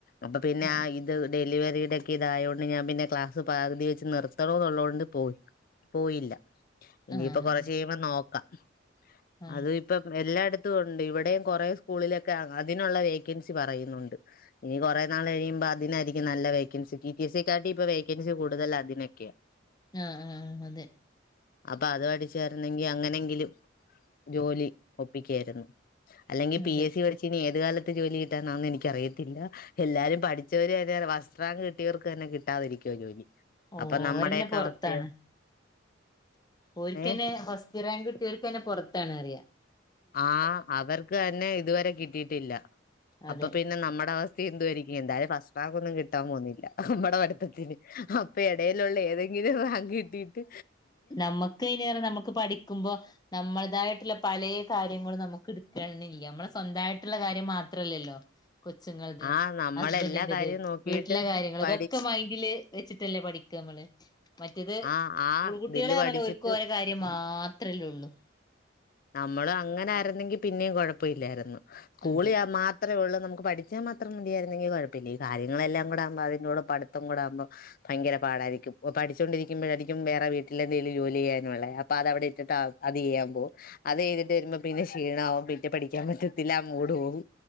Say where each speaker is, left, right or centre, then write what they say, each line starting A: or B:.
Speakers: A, on the left (about 45°); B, on the left (about 20°).
A: അപ്പൊ പിന്നെ
B: ആഹ്
A: ആ ഇത് ഡെലിവറി ഇടയ്ക്ക് ഇത് ആയതുകൊണ്ട് ഞാൻ ക്ലാസ്സ് പകുതിക്ക് വെച്ച് നിർത്തണമെന്ന് കൊണ്ട് പോയില്ല ഇനി
B: ആഹ്
A: ഇപ്പം കുറെ <unintelligible> നോക്കാം
B: ആഹ്
A: അതും ഇപ്പം എല്ലായിടത്തും ഉണ്ട് ഉണ്ട് ഇവിടെയും കുറെേ സ്കൂളിലൊക്കെ അതിനുള്ള വേക്കൻസി പറയുന്നുണ്ട്. ഇനി കുറെ നാൾ കഴിയുമ്പോൾ അതിനായിരിക്കും നല്ല വേക്കൻസി ടി ടി എസ് സക്കാട്ടി ഇപ്പൊ വേക്കൻസി കൂടുതൽ അതിനൊക്കെയാണ്.
B: ആഹ ആഹ അതെ
A: അപ്പൊ അത് പഠിച്ച് ചിരുന്നെങ്കിൽ അങ്ങനെങ്കിലും ജോലി ഒപ്പിക്കായിരുന്നു അല്ലെങ്കി പിഎസ്സി
B: അതെ
A: പഠിച്ച് ഇനി ഏത് കാല ത്ത് ജോലി കിട്ടാന്നാന്നെനിക്കറിയത്തില്ല എല്ലാരും പഠിച്ചവര് വരെ ഫസ്റാങ്ക് കിട്ടിയവർക്ക് തന്നെ കിട്ടാതിരിക്കുവാ ജോലി
B: ഓ
A: അപ്പൊ നമ്മുടെയൊക്കെ
B: ഓരെന്നെ പൊറത്താണ്
A: അവസ്ഥയോ
B: ഒര്ത്തന്
A: ഏഹ്
B: ഫസ് റ്റ്റാങ്ക്ട്ട്യാേൽക്കെന്നെ പാെറത്താണ് അറിയാ
A: ആ അവർക്ക് തന്നെ ഇ ത്‌വരെ കിട്ടിയിട്ടില്ല അപ്പ
B: അതെ
A: പിന്നെ നമ്മടെ അവസ്ഥ എന്തു ആരിക്കും എന്തായാലും ഫസ് റാങ്കൊന്നും കിട്ടാൻ പോവുന്നില്ല നമ്മടെ പഠ്ത്തത്തിന് അപ്പൊ എടയ്ലുള്ള ഏതെങ്കിലും ഒരാ ക്ക് കിട്ടീട്ട്
B: നമ്മക്ക് അയ്നർന നമ്ക്ക് പഠിക്കുമ്പോ നമ്മളതായ് ട്ട്ലെ പലേ കാര്യങ്ങളും നമുക്ക് ട്ക്ക്ണില്ല്യ മ്മളെ സ്വന്തായ്ട്ട്ള്ള കാര്യം മാത്രല്ലല്ലോ കൊച്ച്ങ്ങൾടേത്‌,
A: ആ നമ്മളെല്ലാ
B: ഹസ്ബന്റിന്റെത്,
A: കാര്യവും നോക്കിയിട്ട്
B: വീട്ടിലെ കാര്യങ്ങള്
A: പഠിച്ച്
B: ഇതൊക്കെ മൈന്റില് വെച്ചിട്ടല്ലേ പടിക്കമ്മള് മറ്റേതു
A: ആ ആ
B: സ്കൂൾക്കുട്ടിളെണെല്ലെ
A: ഇതില് പഠിച്ചിട്ട്
B: ഓൽക്ക് ഓരെ കാര്യം മാത്രല്ലെള്ളു
A: നമ്മള് അങ്ങനെ ആയിരുന്നെങ്കി പിന്നെ കൊഴപ്പമില്ലാര്ന്നു സ്കൂളി
B: അതെ
A: ആ മാത്രേ ഒള്ളു നമുക്ക് പഠിച്ചാ മാത്രം മതിയാരുന്നെ ങ്കി കൊഴപ്പഇല്ല കാര്യങ്ങെളെല്ലാം കൂടെ ആവുമ്പ അതിന്റെ കൂടെ പഠിത്തവും കൂടെ ആകുമ്പോൾ ഭയങ്കര പാടായിരിക്കും ഓ പഠിച്ചോണ്ടിരിക്കുമ്പ ആയിരിക്കും വേറെ വീട്ടിലെ എന്തെങ്കിലു ജോലിയ്യാനുള്ളെ അപ്പ അത് അവ്ടെ ഇട്ടിട്ട് അത്യ്യാൻ പോവും അത് കഴിഞ്ഞ്ട്ട് വരുമ്പ ഷീണാവും പിന്നെ പഠിക്കാൻ പറ്റത്തില്ല ആ മൂഡ് പോകും